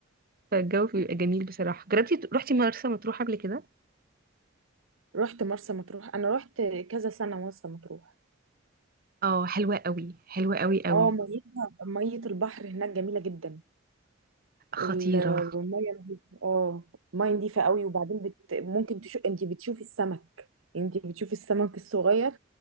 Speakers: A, on the right (about 45°); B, on the right (about 85°).
A: فالجو بيبقى جميل بصراحه جربتي ت- رحتي مرسى مطروح قبل كده
B: رحت مرسى مطروح أنا رحت كذا سنة مرسى مطروح
A: اه حلوه قوي حلوه قوي قوي
B: اه ميتها مية البحر هناك جميلة جدا الميه
A: خطيره
B: نضيفة اه الميه نضيفة قوي وبعدين بت... ممكن تشو... انت بتشوفي السمك انت بتشوفي السمك الصغير